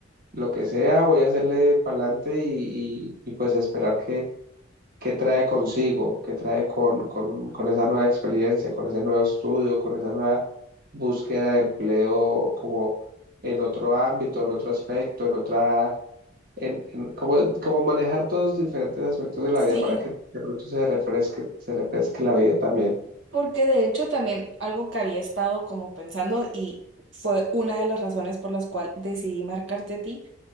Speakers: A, on the right (about 45°); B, on the right (about 75°).
A: lo que sea, voy a hacerle para adelante y, y- y pues esperar que qué trae consigo, qué trae con, con, con esa nueva experiencia, con ese nuevo estudio, con esa nueva búsqueda de empleo como en otro ámbito, en otro aspecto, en otra, en, en- como, como manejar todos los diferentes aspectos de la
B: sí.
A: vida para que de pronto se refresque, se refresque la vida también.
B: Porque de hecho también algo que había estado como pensando y fue una de las razones por las cuales decidí marcarte a ti,